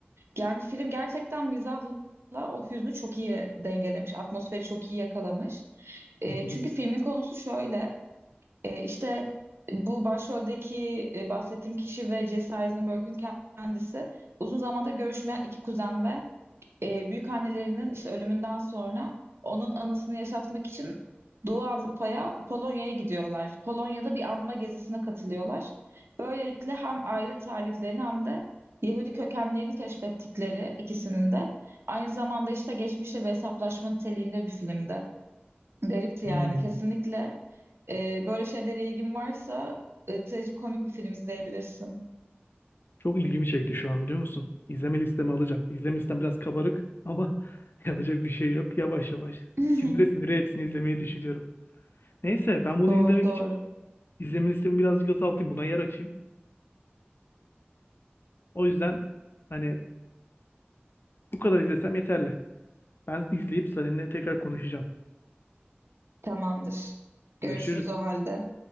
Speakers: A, on the right; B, on the left.
A: Yani film gerçekten mizahla o hüznü çok iyi dengelemiş. Atmosferi çok iyi yakalamış. E,
B: Hı hı.
A: çünkü filmin konusu şöyle. E, işte bu başroldeki e, bahsettiğim kişi ve Jesse Eisenberg'ün kendisi uzun zamandır görüşmeyen iki kuzen ve e, büyükannelerinin işte ölümünden sonra onun anısını yaşatmak için Doğu Avrupa'ya, Polonya'ya gidiyorlar. Polonya'da bir anma gezisine katılıyorlar. Böylelikle hem aile tarihlerini hem de Yahudi kökenlerini keşfettikleri ikisinin de aynı zamanda işte geçmişle bir hesaplaşma niteliğinde bir filmdi. Garipti
B: Hmm.
A: yani kesinlikle. E, böyle şeylere ilgin varsa e, trajikomik bir film izleyebilirsin.
B: Çok ilgimi çekti şu an biliyor musun? İzleme listeme alacağım. İzleme listem biraz kabarık ama <laughs> yapacak bir şey yok. Yavaş yavaş
A: <laughs>
B: sinire sinire hepsini izlemeyi düşünüyorum. Neyse ben bunu
A: Doğru
B: izlemek
A: doğru.
B: için izleme listemi birazcık azaltayım. Buna yer açayım. O yüzden hani bu kadar izlesem yeterli. Ben izleyip seninle tekrar konuşacağım.
A: Tamamdır.
B: Görüşürüz.
A: Görüşürüz o halde.